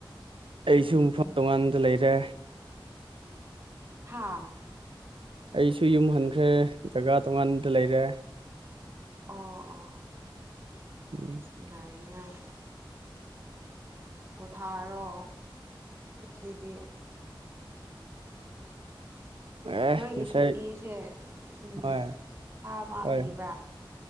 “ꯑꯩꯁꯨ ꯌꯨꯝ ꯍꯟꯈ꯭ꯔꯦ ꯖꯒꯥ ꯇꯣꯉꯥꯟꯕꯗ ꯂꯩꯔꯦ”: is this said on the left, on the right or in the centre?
Right